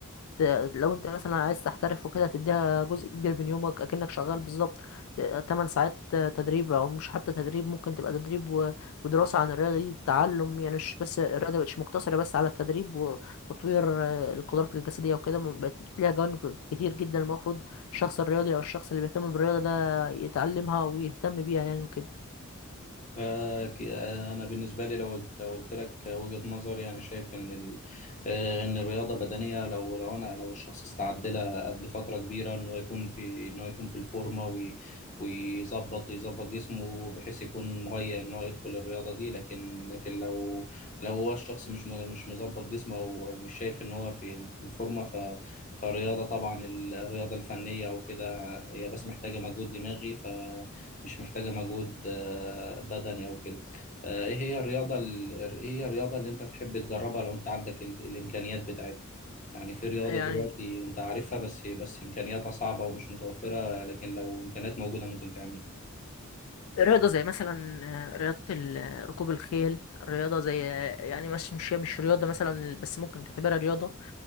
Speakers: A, on the left; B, on the left.
A: ت- لو انت مثلا عايز تحترف وكده تديها جزء كبير من يومك اكنك شغال بالظبط آه، 8 ساعات آه، تدريب او مش حتى تدريب ممكن تبقى تدريب و- ودراسة عن الرياضة دي تعلم يعني مش بس الرياضة مبقتش مقتصرة بس على التدريب وتطوير آه، القدرات الجسدية وكده بقت ليها جوانب كتير جدا المفروض الشخص الرياضي او الشخص اللي بيهتم بالرياضة يتعلمها ويهتم بيها يعني وكده
B: آه، ك- آه، أنا بالنسبة لي لو قلت- لو قلت لك وجهة نظري أنا شايف إن ال... آه، إن الرياضة بدنية لو لو أنا لو الشخص استعد لها قبل فترة كبيرة إنه يكون في إنه يكون في الفورمة وي... ويظبط يظبط جسمه بحيث يكون مهيأ إن هو يدخل الرياضة دي لكن لكن لو لو هو الشخص مش م... مش مظبط جسمه أو... أو مش شايف إن هو في ال- في الفورمة ف... فالرياضة طبعا ال- الرياضة الفنية وكده هي بس محتاجة مجهود دماغي ف مش محتاجة مجهود آه، بدني أو كده آه، إيه هي الرياضة ال- إيه هي الرياضة اللي أنت تحب تجربها لو أنت عندك ال- الإمكانيات بتاعتها يعني في رياضة
A: يعني
B: دلوقتي أنت عارفها بس بس إمكانياتها صعبة ومش متوفرة لكن لو إمكانيات موجودة ممكن تعملها
A: رياضة زي مثلا آه، رياضة ال- ركوب الخيل رياضة زي يعني مش مش هي مش رياضة مثلا بس ممكن تعتبرها رياضة